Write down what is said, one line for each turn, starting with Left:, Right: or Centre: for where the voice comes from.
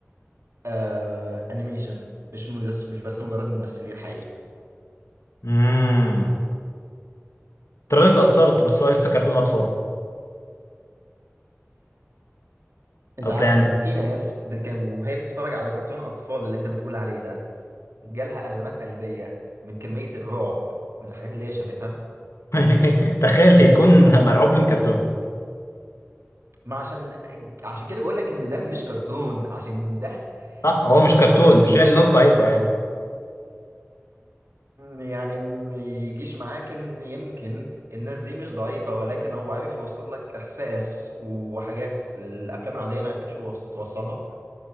Right: آه أنيميشن مش م- بس مش بس مجرد ممثلين حقيقيين
Left: امم ترى اتأثرت بس هو لسه كرتون اطفال
Right: أنت
Left: اصل
Right: عارف
Left: يعني
Right: إن في ناس بت- كان وهي بتتفرج على كرتون أطفال اللي أنت بتقول عليه ده جالها أزمات قلبية من كمية الرعب من الحاجات اللي هي شافتها
Left: <laughs> تخيل يكون مرعوب من كرتون
Right: ما عشان عشان كده بقول لك ان ده مش كرتون عشان ده
Left: لا هو مش
Right: اصلا
Left: كرتون مش يعني الناس ضعيفة يعني
Right: يعني ما يجيش معاك ان يمكن الناس دي مش ضعيفة ولكن هو عارف يوصل لك احساس وحاجات الافلام العادية ما عرفتش يوص- توصلها